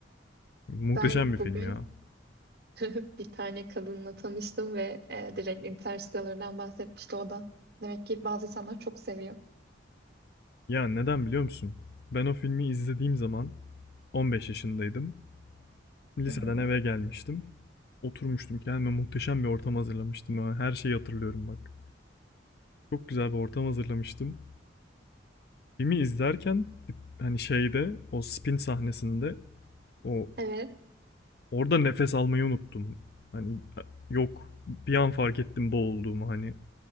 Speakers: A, on the left; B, on the right.
A: Muhteşem
B: Ben
A: bir film
B: bugün
A: ya.
B: <laughs> bir tane kadınla tanıştım ve e, direkt Interstellar'dan bahsetmişti o da. Demek ki bazı insanlar çok seviyor.
A: Ya neden biliyor musun? Ben o filmi izlediğim zaman 15 yaşındaydım. Liseden
B: Hı hı.
A: eve gelmiştim. Oturmuştum kendime muhteşem bir ortam hazırlamıştım. Ha, Her şeyi hatırlıyorum bak. Çok güzel bir ortam hazırlamıştım. Filmi izlerken hani şeyde o spin sahnesinde o
B: Evet.
A: Orada nefes almayı unuttum. Hani yok bir an fark ettim boğulduğumu hani.